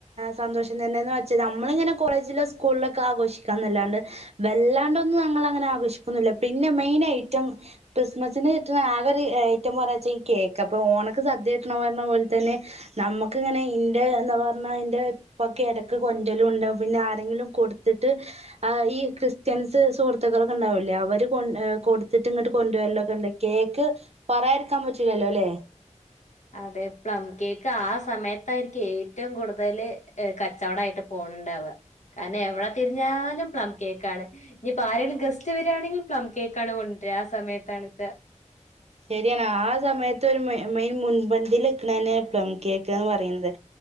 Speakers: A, on the right; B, on the left.
A: സന്തോഷം തന്നെയന്ന് വെച്ചാ നമ്മളിങ്ങനെ കോളേജിലോ സ്കൂളിലൊക്കെ ആഘോഷിക്കാന്നല്ലാണ്ട് വല്ലാണ്ടൊന്നും ഞങ്ങൾ അങ്ങനെ ആഘോഷിക്കുന്നില്ല പിന്നെ മെയിൻ ഐറ്റം ക്രിസ്മസിന് കിട്ടുന്ന ആക ഒരു ഐറ്റം പറയാ വെച്ച ഈ കേക്ക അപ്പൊ ഓണക്ക് സദ്യ <unintelligible> പോലെ തന്നെ നമുക്ക് ഇങ്ങനെ ഇന്റെ എന്താ പറഞ്ഞാ അന്റെ ഇപ്പൊ കിടക്ക് കൊണ്ടലും ഉണ്ടാകും പിന്നെ ആരെങ്കിലും കൊടുത്തിട്ട് ആഹ് ഈ ക്രിസ്ത്യൻസ് സുഹൃത്തുളൊക്കെണ്ടാവൂല്ലേ അവര് കൊ കൊടുത്തിട്ട് ഇങ്ങട്ട് കൊണ്ടുവല്ലോക്കെ ഉണ്ട കേക്ക് പറയായിരിക്കാൻ പറ്റില്ലല്ലോ അല്ലേ
B: അതെ പ്ലം കേക്ക് ആഹ് സമയത്തായിരിക്കും ഏറ്റവും കൂടുതൽ കച്ചവടായിട്ട് പോണുണ്ടാവ കാരണം എവിടെ തിരിഞ്ഞാലും പ്ലം കേക്കാണ് ഇനിയിപ്പോ ആരെങ്കിലും ഗസ്റ്റ് വരിയാണെങ്കും പ്ലം കേക്ക് ആണ് കൊണ്ടരാ ആഹ് സമയത്താണച്ചാൽ
A: ശരിയാണ് ആഹ് സമയത്ത് ഒരു മെയിൻ മുൻപന്തിൽ എക്കണെ പ്ലം കേക്കന്ന് പറയുന്നത്